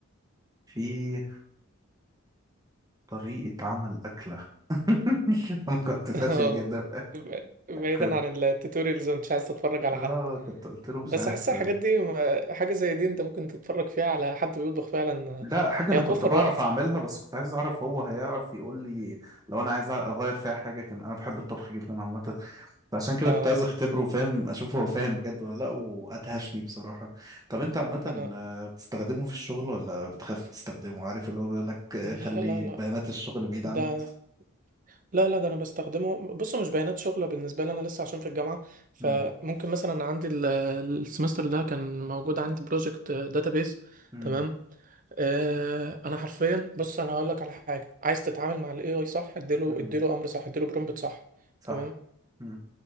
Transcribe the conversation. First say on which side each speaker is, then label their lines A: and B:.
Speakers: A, on the right; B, on the right.
A: في طريقة عمل أكلة <laughs> أنا كنت فاشل
B: اه
A: جدا
B: ب- بعيدا
A: كنت
B: عن التوتوريالز وانت عايز تتفرج على
A: آه
B: حد
A: كنت قلت له مش
B: بس
A: عارف
B: احس الحاجات دي ما- حاجه زي دي انت ممكن تتفرج فيها على حد بيطبخ فعلا
A: لا حاجة
B: هي
A: أنا
B: هتوفر
A: كنت بعرف
B: وقت
A: أعملها بس كنت عايز أعرف هو هيعرف يقول لي لو أنا عايز أغير فيها حاجة كان أنا بحب الطبخ جدا عامة فعشان كده
B: اه
A: كنت عايز أختبره وفاهم أشوف هو فاهم بجد ولا لأ وأدهشني بصراحة طب أنت عامة
B: انا
A: آه، بتستخدمه في الشغل ولا بتخاف تستخدمه عارف اللي هو بيقول لك آه،
B: لا
A: خلي
B: لا
A: البيانات
B: لا
A: الشغل بعيد
B: ده
A: عنه
B: لا لا ده انا بستخدمه بصوا مش بيانات شغله بالنسبه لي انا لسه عشان في الجامعه فممكن
A: مم.
B: مثلا عندي ال- السمستر ده كان موجود عندي بروجكت داتابيز
A: مم.
B: تمام آه، انا حرفيا بص انا هقول لك على حاجه عايز تتعامل مع الاي اي صح اديله
A: مم.
B: اديله امر صح اديله برومبت صح
A: صح
B: تمام
A: مم.